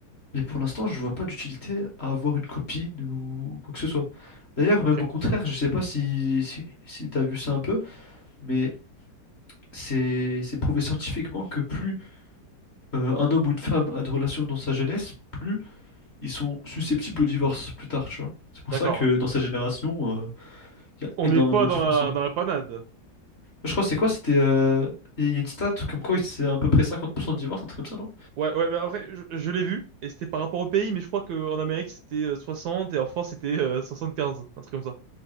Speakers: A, on the left; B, on the right.
A: Mais pour l'instant, je vois pas d'utilité à avoir une copine ou quoi que ce soit. D'ailleurs,
B: Ok.
A: même au contraire, je sais pas si, si, si t'as vu ça un peu, mais c'est c'est prouvé scientifiquement que plus euh, un homme ou une femme a de relations dans sa jeunesse, plus ils sont susceptibles au divorce plus tard, tu vois. C'est pour
B: D'accord,
A: ça que
B: ouais.
A: dans sa génération, euh, il y a
B: On
A: énormément
B: n'est pas
A: de
B: dans
A: divorces.
B: la, dans la panade.
A: Je crois que c'est quoi? C'était. euh, Il y a une stat comme quoi c'est à peu près 50% de divorce, un truc comme ça, non?
B: Ouais, ouais, mais après, je, je l'ai vu, et c'était par rapport au pays, mais je crois qu'en Amérique, c'était euh, 60, et en France, c'était euh, 75, un truc comme ça.